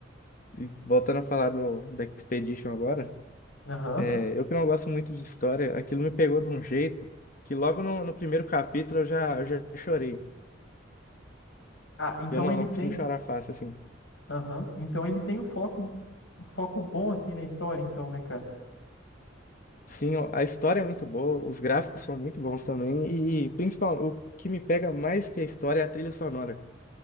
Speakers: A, on the left (about 45°); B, on the left (about 75°).
A: E voltando a falar do, da Expedition agora,
B: Aham.
A: é, eu que não gosto muito de história, aquilo me pegou de um jeito que logo no, no primeiro capítulo eu já, eu já chorei.
B: Ah, então
A: E Eu não,
B: ele
A: não
B: tem.
A: costumo chorar fácil, assim.
B: Aham. Então ele tem um foco, um foco bom, assim, na história, então, né, cara?
A: Sim, ó, a história é muito boa, os gráficos são muito bons também, e principalmente o que me pega mais que a história é a trilha sonora.